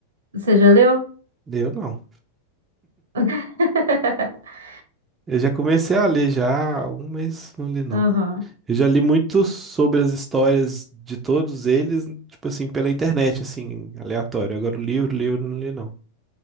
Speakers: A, on the right; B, on the right.
A: Você já leu?
B: Eu não.
A: <laughs>
B: Eu já comecei a ler já há um mês, não li não.
A: Aham.
B: Eu já li muito sobre as histórias de todos eles, tipo assim, pela internet, assim, aleatório. Agora o livro, livro, eu não li não.